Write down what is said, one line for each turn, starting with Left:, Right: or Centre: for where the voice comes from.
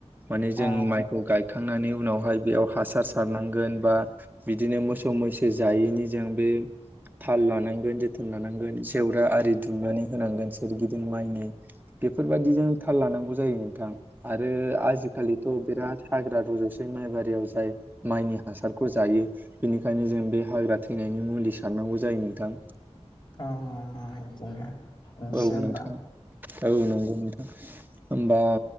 Right: माने जों
Left: अ
Right: माइखौ गाय खांनानै उनावहाय बेयाव हासार सारनांगोन बा बिदिनो मोसौ मैसो जायैनि जों बे थाल लानांगोन जोथोन लानांगोन जेवरा आरि दुमनानै होनांगोन सोरगिदिं माइनि। बेफोरबायदिजों थाल लानांगौ जायो नोंथां। आरो आजिखालिथ' बिराद हाग्रा रुजस बै माइ बारियाव जाय माइनि हासारखौ जायो बेनिखायनो जों बे हाग्रा थैनायनि मुलि सारनांगौ जायो नोंथां।
Left: ओं ओं ओं बिदिनो। बिदिसो
Right: औ
Left: होमबा
Right: नोंथां औ नंगौ नोंथां। होमबा